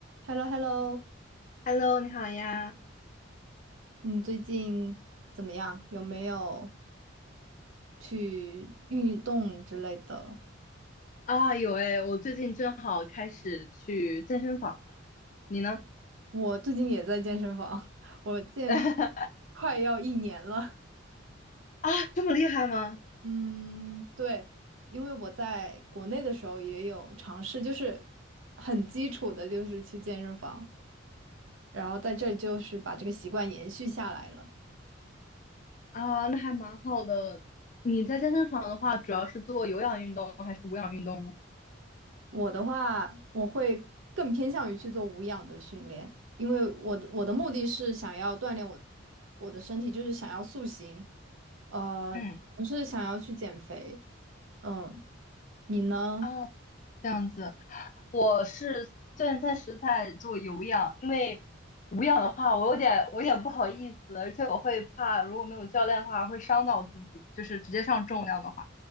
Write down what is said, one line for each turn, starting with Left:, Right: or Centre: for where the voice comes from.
Right: h e l l o h e l l o
Left: Hello，你好呀！
Right: 你最近怎么样？有没有去运动之类的？
Left: 啊，有诶，我最近正好开始去健身房了。你呢？
Right: 我最近也在健身房，<laughs> 我健身
Left: <laughs>
Right: 快要一年了。
Left: 啊，这么厉害吗？
Right: 嗯，对，因为我在国内的时候也有尝试，就是很基础的，就是去健身房，然后在这就是把这个习惯延续下来了。
Left: 啊，那还蛮好的。你在健身房的话，主要是做有氧运动还是无氧运动呢
Right: 我的话，我会更偏向于去做无氧的训练，因为我的我的目的是想要锻炼我我的身体，就是想要塑形，呃，
Left: 嗯，
Right: 不是想要去减肥。嗯，你呢？
Left: 啊，这样子。我是现在是在做有氧，因为无氧的话，我有点我有点不好意思，而且我会怕如果没有教练的话会伤到自己，就是直接上重量的话。